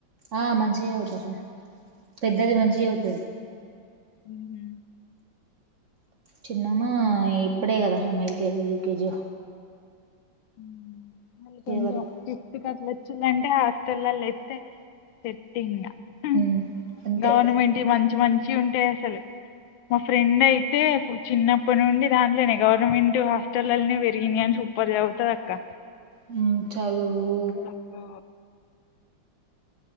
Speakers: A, on the right; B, on the left.
A: ఆ మంచిగా చదువుతరు రా పెద్దది
B: ఉమ్
A: మంచిగా చదువుతది
B: ఉహు
A: చిన్నమ్మ ఇప్పుడే కదా ఆమె ఎల్కేజీ యో యూకేజీ యో
B: హుమ్ మళ్ళీ కొంచెం
A: వరకు
B: ఫిఫ్త్ కి అట్లా వచ్చిందంటే హాస్టల్ పిల్లల లేప్తే సెట్టింగ హుమ్
A: ఉమ్ అంతే
B: గవర్నమెంట్ మంచి మంచి ఉంటయ్ అసలు మా ఫ్రెండ్ అయితే ఫుల్ చిన్నప్పటి నుండి దాంట్లోనే గవర్నమెంట్ హాస్టళ్ళలానే పెరిగింది గానీ సూపర్ చదువ్ చదువుతద్ అక్కా
A: హుమ్మ్ చదువు
B: అబ్బో